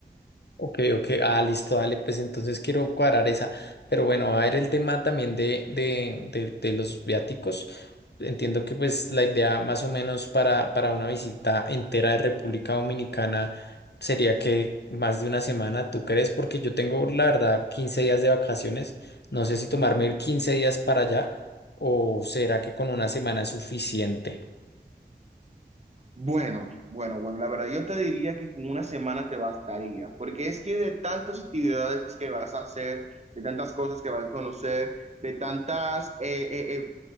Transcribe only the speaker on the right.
Bueno, bueno, bueno, la verdad yo te diría que con una semana te bastaría, porque es que de tantas actividades que vas a hacer, de tantas cosas que vas a conocer, de tantas eh, eh, eh,